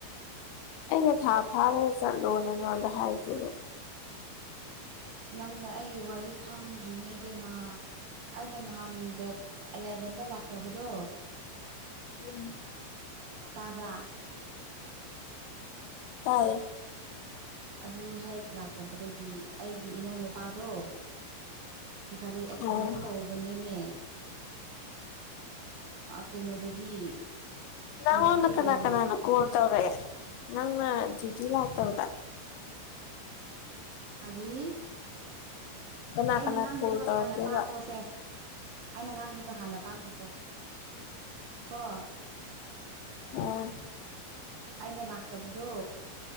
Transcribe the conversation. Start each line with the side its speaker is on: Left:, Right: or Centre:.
Left: ꯑꯩꯅ ꯊꯥ ꯐꯥꯔꯒ ꯆꯠꯂꯣ ꯅꯪ ꯅꯣꯟꯗ ꯍꯥꯏꯗꯨꯕ
Right: ꯑꯁ ꯅꯪꯅ ꯑꯩꯒꯤ ꯋꯥꯔꯤ ꯈꯥꯡꯗ꯭ꯔꯤꯅꯦ ꯕꯦꯃꯥ ꯑꯩꯅ ꯅꯍꯥꯟ ꯗꯦꯠ ꯑꯦꯂꯦꯚꯦꯟꯗ ꯂꯥꯛꯇꯕꯗꯣ
Left: ꯑꯗꯨ
Right: ꯇꯥꯕ
Left: ꯇꯦ
Right: ꯑꯗꯨ ꯍꯦꯛ ꯂꯥꯛꯇꯕꯗꯒꯤ ꯑꯩꯒꯤ ꯏꯅꯧ ꯅꯨꯨꯄꯥꯗꯣ ꯒꯥꯔꯤ ꯑꯦꯛꯁꯤꯗꯦꯟ
Left: ꯑꯣ
Right: ꯇꯧꯕꯅꯦꯃꯦ ꯑ ꯀꯩꯅꯣꯗꯒꯤ ꯄꯟꯖꯥꯕꯇꯒꯤ
Left: ꯅꯪꯉꯣꯟꯗ ꯀꯅꯥ
Right: ꯗꯦꯜꯂꯤ
Left: ꯀꯅꯥꯅ ꯀꯜ ꯇꯧꯔꯒꯦ ꯅꯪꯅ ꯗꯤꯗꯤꯤ ꯂꯥꯛꯇꯕꯗ
Right: ꯇꯔꯤ
Left: ꯀꯅꯥ
Right: ꯑꯩꯅ
Left: ꯀꯅꯥ
Right: ꯉꯥꯡꯕꯗꯣ
Left: ꯀꯣꯜ ꯇꯧꯔꯛꯀꯦꯕ
Right: ꯍꯥꯟꯅ ꯇꯥꯈꯣꯁꯦ ꯑꯩꯅ ꯉꯥꯡꯕꯗꯣ ꯍꯥꯟꯅ ꯇꯥꯛꯈꯨꯁꯦ ꯀꯣ
Left: ꯑꯥ
Right: ꯑꯩꯅ ꯂꯥꯛꯇꯕꯗꯣ